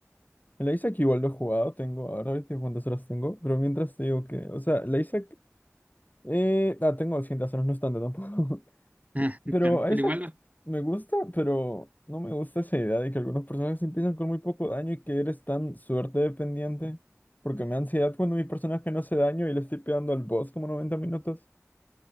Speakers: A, on the left; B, on the right.
A: La Isaac igual lo he jugado, tengo, ahora viste cuántas horas tengo, pero mientras te digo que, o sea, la Isaac, eh, ah, tengo doscientas, horas, no es tanto tampoco,
B: Ah,
A: <laughs>
B: <laughs>
A: pero
B: claro,
A: a
B: Pero
A: Isaac
B: igual, no,
A: me gusta, pero no me gusta esa idea de que algunos personajes empiezan con muy poco daño y que eres tan suerte dependiente, porque me da ansiedad cuando mi personaje no hace daño y le estoy pegando al boss como 90 minutos.